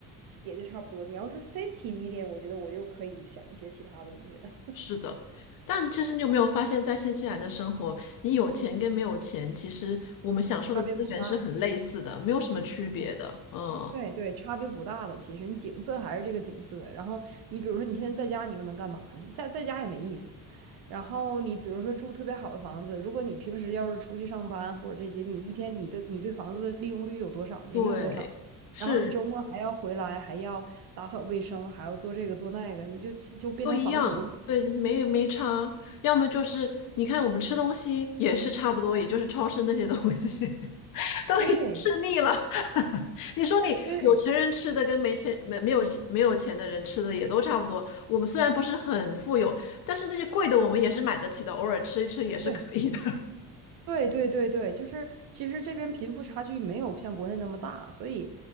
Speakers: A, on the right; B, on the left.
A: 也就差不多。你要是 fifty million，我觉得我又可以想一些其他东西了。
B: 是的，但其实你有没有发现，在新西兰的生活，你有钱跟没有钱，其实我们享受的资源是很类似的，
A: 差别不大。
B: 没有什么区别的。
A: 嗯。
B: 嗯，
A: 对对，差别不大的。其实你景色还是这个景色。然后你比如说你现在在家，你又能干嘛呢？你在在家也没意思。然后你比如说住特别好的房子，如果你平时要是出去上班或者这些，你一天你的你对房子的利用率有多少？呢？
B: 对，
A: 也没有多少。
B: 是
A: 然后你周末还要回来，还要打扫卫生，还要做这个做那个，你就就变成房奴了。
B: 都一样，对，没没差。要么就是你看我们吃东西也是差不多，也就是超市那些东西 <laughs> 都已经吃腻了。
A: 对
B: <laughs> 你说你有钱人吃的跟没钱没没有没有钱的人吃的也都差不多。
A: 对
B: 我们虽然不是很富有，但是那些贵的我们也是买得起的，偶尔吃一吃也是可以的。
A: 对。对对对对，就是其实这边贫富差距没有像国内那么大，所以